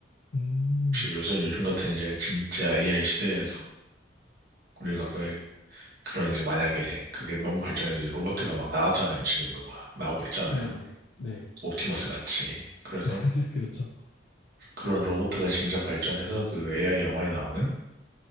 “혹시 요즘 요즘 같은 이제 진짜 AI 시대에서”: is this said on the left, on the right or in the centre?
Right